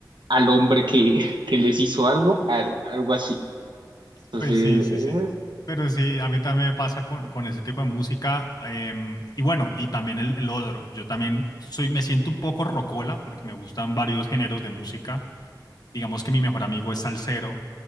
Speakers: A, on the right; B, on the left.
A: al hombre que, <laughs> que les hizo algo, al- algo así. Entonces,
B: Pues sí, sí,
A: es-
B: sí. Pero sí, a mí también me pasa con, con ese tipo de música. em, y bueno, y también el, el otro. Yo también soy, me siento un poco rocola porque me gustan varios géneros de música. Digamos que mi mejor amigo es salsero